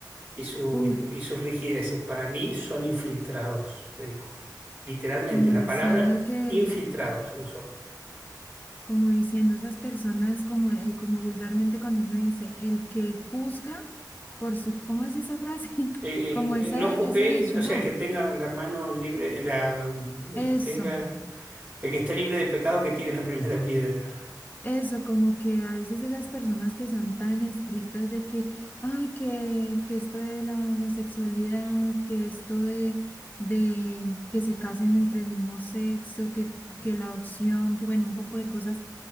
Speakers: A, on the right; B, on the left.
A: y, su-
B: Uf,
A: y sus rigideces para mí son infiltrados, le dijo. Literalmente,
B: como
A: la
B: diciendo
A: palabra
B: que,
A: infiltrados usó.
B: como diciendo esas personas, como, eh, como vulgarmente cuando uno dice, el que juzga por su, ¿cómo es esa frase? <laughs>
A: Eh,
B: Como
A: eh,
B: esa,
A: eh, no juzguéis,
B: ese dicho,
A: o
B: ¿no?
A: sea, el que tenga la mano libre, la, mm, el
B: Eso,
A: que tenga, el que esté libre de pecado, que tire la primera piedra.
B: eso, como que a veces esas personas que son tan estrictas de que, ay, que, que esto de la homosexualidad, que esto de, de que se casen entre el mismo sexo, que, que la adopción, que bueno, un poco de cosas